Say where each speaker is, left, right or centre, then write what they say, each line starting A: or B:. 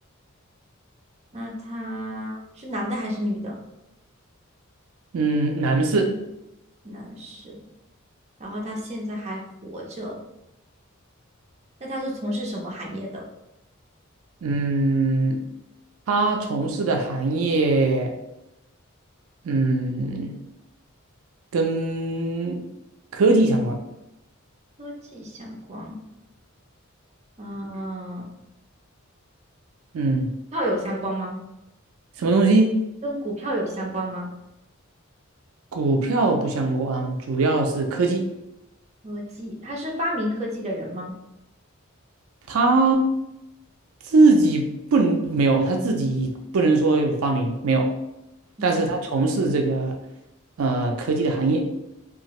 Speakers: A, on the right (about 30°); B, on the right (about 80°).
A: 那他是男的还是女的？
B: 嗯，男士，
A: 男士，然后他现在还活着。那他是从事什么行业的？
B: 嗯，他从事的行业，嗯，跟科技相关。
A: 科技相关，嗯，
B: 嗯，
A: 票有相关吗？
B: 什么东西？
A: 跟股票有相关吗？
B: 股票不相关，主要是科技。
A: 科技，他是发明科技的人吗？
B: 他自己不能没有，他自己不能说有发明没有，
A: 嗯，
B: 但是他从事这个呃科技的行业。